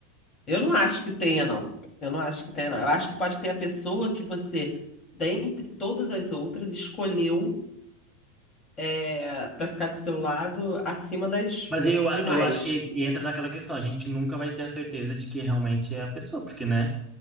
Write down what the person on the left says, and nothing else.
Eu não acho que tenha, não. Eu não acho que tenha, não. Eu acho que pode ter a pessoa que você, dentre todas as outras, escolheu é, para ficar do seu lado acima das
demais.